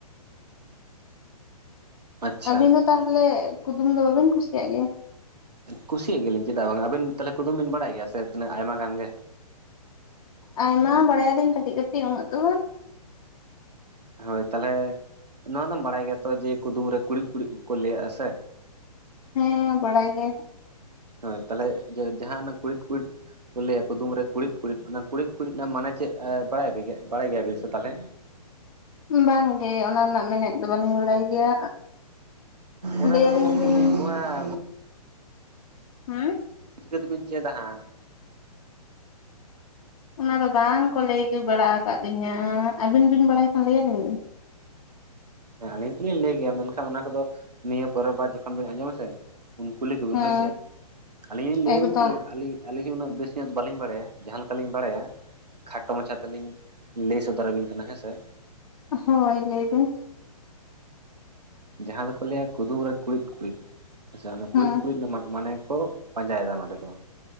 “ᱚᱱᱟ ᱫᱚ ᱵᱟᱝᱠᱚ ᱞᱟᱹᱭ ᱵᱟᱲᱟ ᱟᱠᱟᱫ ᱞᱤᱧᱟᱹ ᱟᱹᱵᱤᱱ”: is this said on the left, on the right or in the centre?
Left